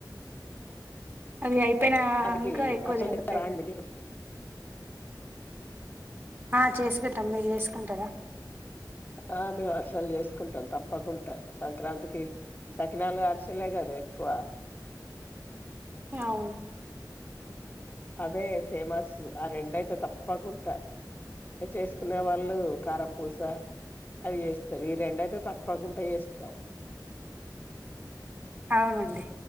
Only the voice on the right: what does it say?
అవి అయి పోనా
ఇంకా ఎక్కువ
తిన
బుద్దిఅయిద్ది
ఆ చేసుకుంటాం మీరు చేసుకుంటారా
అవును
అవునండి